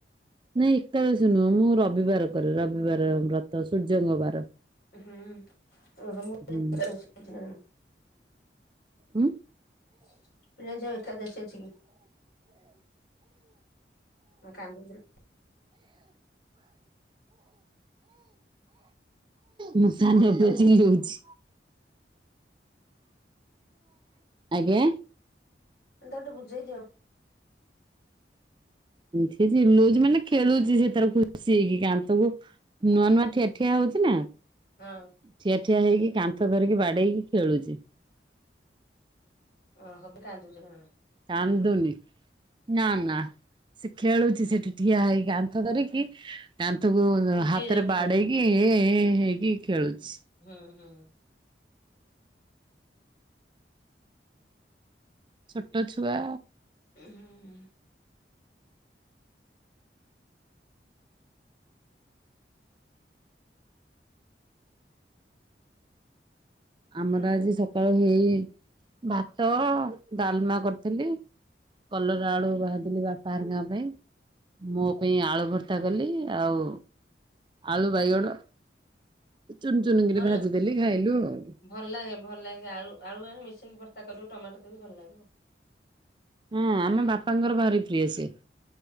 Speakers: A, on the right; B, on the left.
A: ନାଇଁ ଏକାଦଶୀ ନୁହଁ ମୁଁ ରବିବାର କରେ ରବିବାର ବ୍ରତ ସୂର୍ଯ୍ୟଙ୍କ ବାର।
B: ହୁଁ
A: ହୁଁ
B: ରହ୍ ମୁ
A: ଉଁ
B: <unintelligible> ଏକାଦଶୀ ଅଛି କି? ମା କାନ୍ଦୁଛୁ
A: ମୋ ସାନ ପୁଅ
B: ତାକୁ
A: ଚିଲଉଛି। ଆଜ୍ଞା
B: ତାକୁ ଟିକେ ବୁଝେଇ ଦିଅ।
A: ସେ ଚିଲଉଛି ମାନେ ଖେଳୁଛି ସେ ତାର ଖୁସି ହେଇକି କାନ୍ଥ କୁ ନୂଆ ନୂଆ ଠିଆ ଠିଆ ହଉଛି ନା
B: ହଁ
A: ଠିଆ ଠିଆ ହେଇକି କାନ୍ଥ ଧରିକି ବାଡେଇକି ଖେଳୁଛି।
B: ଓ ହୋ ମୁ କାନ୍ଦୁଛି ନା।
A: କନ୍ଦୁନି। ନା ନା ସେ ଖେଳୁଛି ସେଠି ଠିଆ ହେଇକି କାନ୍ଥ ଧରିକି କାନ୍ଥକୁ
B: ପୁଚି
A: ହାତରେ
B: ହେଇଯାଉଛି
A: ବାଡେଇକି
B: ବହୁତ
A: ଏଁ ଏଁ ହେଇକି ଖେଳୁଛି।
B: ହୁଁ ହୁଁ।
A: ଛୋଟ ଛୁଆ
B: ଉଁ ହୁଁ।
A: ଆମର
B: ହୁଁ
A: ଆଜି ସକାଳୁ ହେଇ ଭାତ ଡାଲମା କରିଥିଲି। କଲରା ଆଳୁ ଭାଜିଲି ବାପା ହେରିକା ଙ୍କ ପାଇଁ। ମୋ ପାଇଁ ଆଳୁ ଭର୍ତ୍ତା କଲି ଆଉ ଆଳୁ ବାଇଗଣ ଚୁନ ଚୁନ କିିରି
B: ଭଲ
A: ଭାଜିଦେଲି ଖାଇଲୁ ଆଉ।
B: ଭଲ ଲାଗେ ଭଲ ଲାଗେ ଆଳୁ ଆଳୁ ବାଇଗଣ ମିଶେଇକି ଭର୍ତ୍ତା କରିବ ଟମାଟୋ ଦେଇ ଭଲ ଲାଗିବ।
A: ହଁ ଆମ ବାପାଙ୍କର ଭାରି ପ୍ରିୟ ସିଏ।